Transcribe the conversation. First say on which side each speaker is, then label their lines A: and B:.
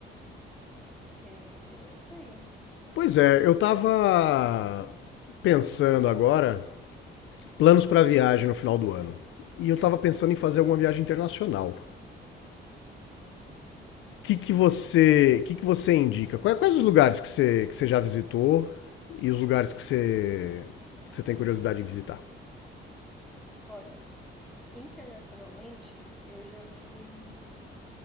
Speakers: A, in the centre; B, on the left.
A: Sim, mas é isso aí.
B: Pois é, eu tava pensando agora planos pra viagem no final do ano. E eu tava pensando em fazer alguma viagem internacional. que que você, que que você indica? Quais, quais os lugares que você, que você já visitou e os lugares que você, que você tem curiosidade em visitar?
A: Olha, internacionalmente, eu já fui